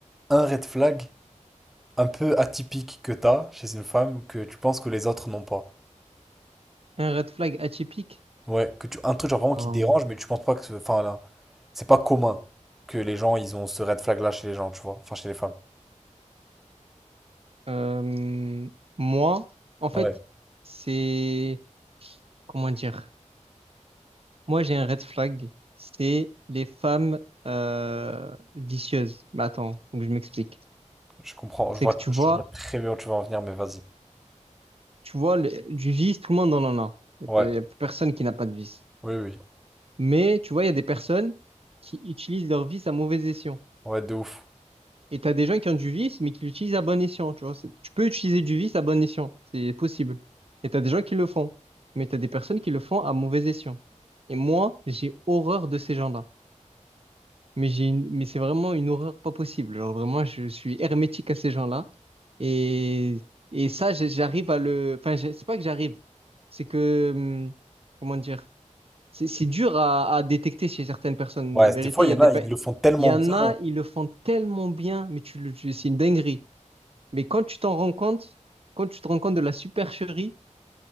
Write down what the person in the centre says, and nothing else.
un red flag un peu atypique que t'as chez une femme que tu penses que les autres n'ont pas?
Ouais, que tu... un truc genre vraiment
qui te dérange, mais tu penses pas que... ce- Enfin, là, c'est pas commun que les gens, ils ont ce red flag-là chez les gens, tu vois. Enfin, chez les femmes.
Ouais,
je comprends.
Je vois,
je
vois très bien où tu vas en venir, mais vas-y.
Ouais,
oui, oui.
Ouais, de ouf.
Ouais,
des fois,
il
y
en
a,
ils le font tellement
bien.